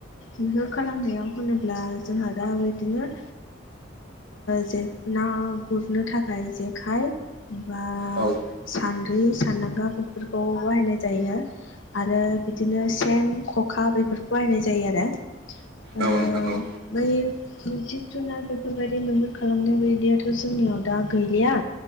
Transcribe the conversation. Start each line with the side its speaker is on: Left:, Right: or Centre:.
Left: मैहोर खालामनायाव होनोब्ला जोंहा दा बिदिनो जे ना गुरनो थाखाय जेखाइ बा
Right: औ
Left: सान्द्रि सान्दांगा बेफोरखौ बाहायनाय जायो। आरो बिदिनो सेन ख'खा बेफोरखौ बायनाय जायो आरो। ओ
Right: औ नोंथां औ।
Left: बै जिब जुनार बेफोरबायदि मैहुर खालामनाय बायदियाथ' जोंनियाव दा गैलिया